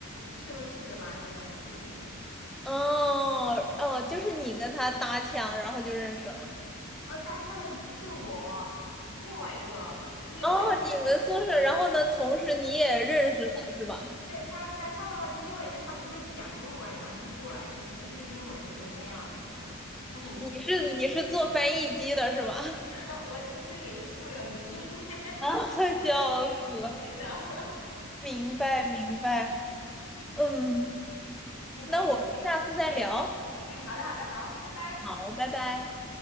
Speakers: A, on the left; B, in the centre.
A: 是后是的吧？应该就觉得，
B: 哦哦，就是你跟他搭腔，然后就认识了。
A: 哦，搭腔的不是我，是另外一个，是另外一个。
B: 哦，你们宿舍，然后呢，同时你也认识了，是吧？
A: 对他搭腔的话，那另外一个他不会讲英文，然后就过来就谁会英文怎么怎么样的这样，他肯定是
B: 你是你是做翻译机的是吗？<laughs>
A: <laughs> 我其实也是塑料机，<laughs> 的翻译机真的
B: 啊，笑死！了！明白明白，嗯，
A: <laughs> 很开心。
B: 那我们下次再聊。
A: 哎嗯，好的好的好，拜拜。
B: 好，拜拜。